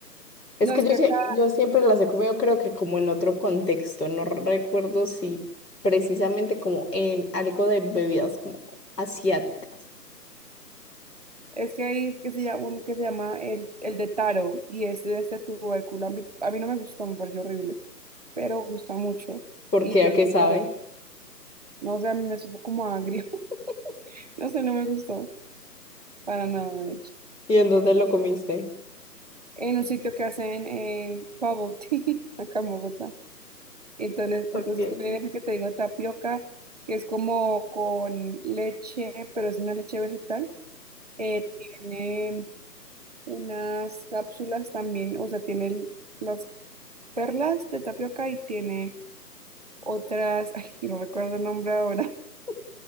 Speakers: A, on the left; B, on the right.
A: Es
B: No,
A: que
B: es
A: yo,
B: que
A: sie-
B: acá,
A: yo siempre las he comido, creo que como en otro contexto. No recuerdo si precisamente como en algo de bebidas como asiáticas.
B: es que hay que se llama, un que se llama el, el de taro y este de este tubérculo. A mí, a mí no me gustó, me pareció horrible, pero gusta mucho.
A: Porque
B: Y yo
A: a
B: lo
A: qué sabe
B: probé. No sé, a mí me supo como agrio. <laughs> No sé, no me gustó para nada, de hecho.
A: y en dónde lo comiste.
B: En un sitio que hacen eh, bubble tea <laughs> acá en Bogotá. Entonces, entonces
A: Okay.
B: tienen esa que te digo, tapioca, que es como con leche, pero es una leche vegetal. Eh, tiene unas cápsulas también, o sea, tiene el- las perlas de tapioca y tiene otras, <laughs> ay, que no recuerdo el nombre ahora, <laughs>